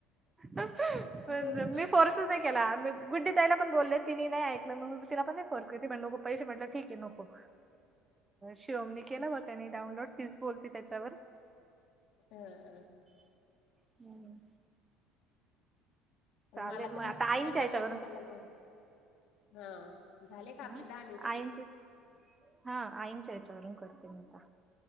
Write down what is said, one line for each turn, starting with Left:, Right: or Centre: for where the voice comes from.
Right: तसं पण
Left: तेच ना
Right: मी फोर्स केला आणि मी गुड्डी ताईला पण बोलले. तिनेही नाही ऐकलं, मग मी तिलापण नाही फोर्स के ते पण नको पैसे म्हटले ठीक आहे नको. शिवमनी केलं होतं नाही डाऊनलोड, तीच बोलते त्याच्यावर.
Left: हा अ.
Right: हम्म. चालेल
Left: मला
Right: मग
Left: त्यांना
Right: आता आईंच्या याच्यावरून
Left: पण नाही झालं म हा, झाले का आपले
Right: अ
Left: दहा मिनटं?
Right: हा आईच्या याच्यावरून करते मी आता